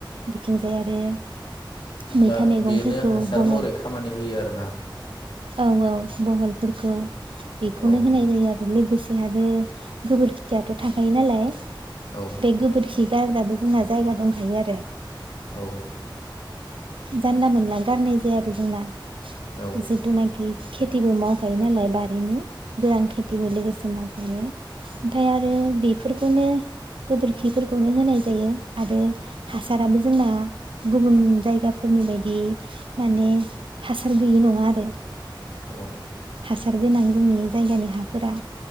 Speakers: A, on the right; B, on the left.
A: बिथिंजाय आरो मैथा
B: बा
A: मैगंफोरखौ
B: बेनो हासार
A: बहल
B: महरै खामानि होयो आरोना?
A: औ बहलफोरखौ बेखौनो
B: औ
A: होनाय जायो आरो लोगोसे आरो गोबोरखियाथ' थाखायो नालाय
B: औ
A: बे गोबोरखि गारग्राबो जोंना जायगा दंखायो आरो।
B: औ
A: जानला मोनला गारनाय जाया आरो जोंना
B: औ
A: <unintelligible> जेनाखि खेथिबो मावखायो नालाय बारिनि गोरान खेथिबो लोगोसे माव ओमफाय आ रो बेफोरखौनो गोबोरखिफोरखौनो होनाय जायो आरो हासाराबो जोंना गुबुन जायगाफोरनि बायदि माने हासार गैयि नङा आरो
B: औ
A: हासार गोनां जोंनि जायगानि हाफोरा